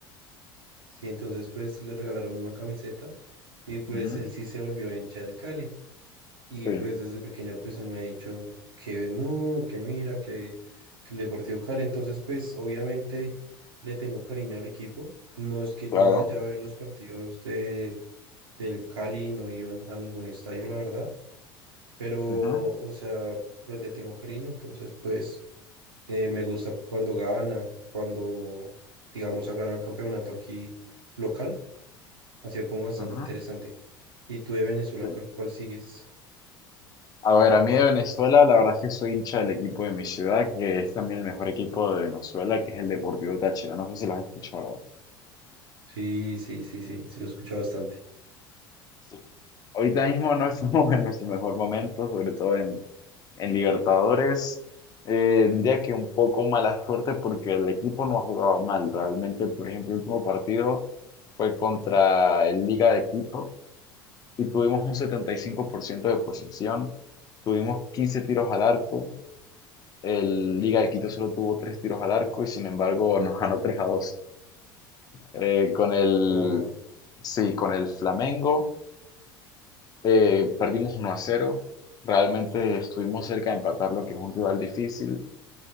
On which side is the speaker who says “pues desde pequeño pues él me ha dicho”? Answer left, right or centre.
Right